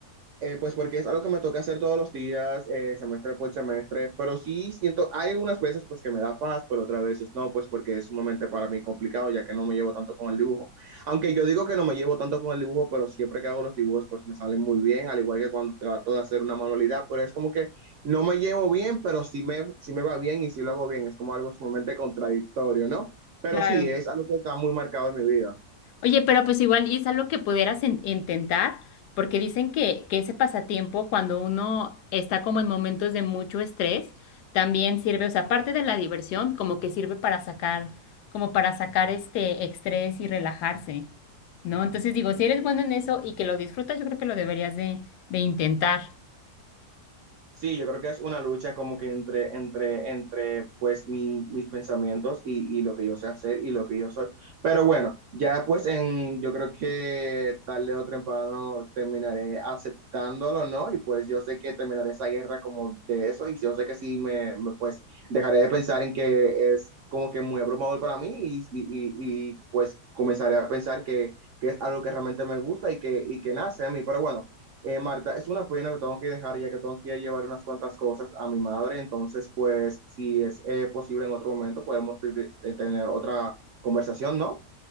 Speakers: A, on the right; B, on the left.
A: Eh, pues porque es algo que me toca hacer todos los días, eh, semestre por semestre, pero sí siento, hay algunas veces pues que me da paz, pero otras veces no, pues porque es sumamente para mí complicado, ya que no me llevo tanto con el dibujo. Aunque yo digo que no me llevo tanto con el dibujo, pero siempre que hago los dibujos pues me salen muy bien, al igual que cuando trato de hacer una manualidad, pero es como que no me llevo bien, pero sí me, sí me va bien y sí lo hago bien, es como algo sumamente contradictorio, ¿no? Pero
B: Claro.
A: sí, es algo que está muy marcado en mi vida.
B: Oye, pero pues igual y es algo que pudieras in- intentar, porque dicen que, que ese pasatiempo, cuando uno está como en momentos de mucho estrés, también sirve, o sea, aparte de la diversión, como que sirve para sacar, como para sacar este estrés y relajarse, ¿no? Entonces digo, si eres bueno en eso y que lo disfrutas, yo creo que lo deberías de, de intentar.
A: Sí, yo creo que es una lucha como que entre, entre, entre pues mi- mis pensamientos y, y lo que yo sé hacer y lo que yo soy. Pero bueno, ya pues en, yo creo que tarde o temprano terminaré aceptándolo, ¿no? Y pues yo sé que terminaré esa guerra como de eso y yo sé que sí me, me, pues dejaré de pensar en que es como que muy abrumador para mí y, y, y, y, pues comenzaré a pensar que, que es algo que realmente me gusta y que, y que nace a mí. Pero bueno. Eh, Marta, es una pena, te tengo que dejar ya que tengo que ir a llevar unas cuantas cosas a mi madre, entonces pues si es eh, posible en otro momento podemos te- te- tener otra conversación, ¿no?